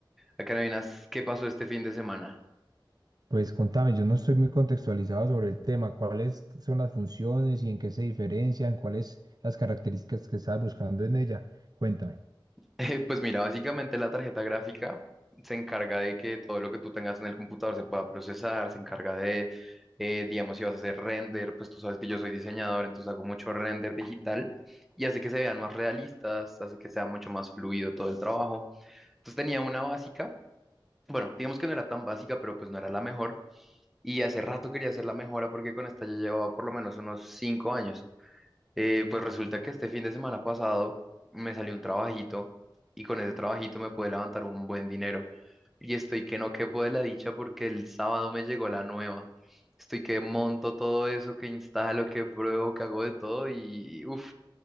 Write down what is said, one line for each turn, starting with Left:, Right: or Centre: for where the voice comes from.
Centre: Acá no adivinas qué pasó este fin de semana.
Right: pues contame, yo no estoy muy contextualizado sobre el tema, cuáles son las funciones y en qué se diferencian, cuáles las características que estás buscando en ella. Cuéntame.
Centre: Eh, Pues mira, básicamente la tarjeta gráfica se encarga de que todo lo que tú tengas en el computador se pueda procesar, se encarga de, eh, digamos, si vas a hacer render, pues tú sabes que yo soy diseñador, entonces hago mucho render digital y hace que se vean más realistas, hace que sea mucho más fluido todo el trabajo. Entonces tenía una básica, bueno, digamos que no era tan básica, pero pues no era la mejor y hace rato quería hacer la mejora porque con esta ya llevaba por lo menos unos cinco años. Eh, pues resulta que este fin de semana pasado me salió un trabajito y con ese trabajito me pude levantar un buen dinero. Y estoy que no quepo de la dicha porque el sábado me llegó la nueva. Estoy que monto todo eso, que instalo, que pruebo, que hago de todo y uff,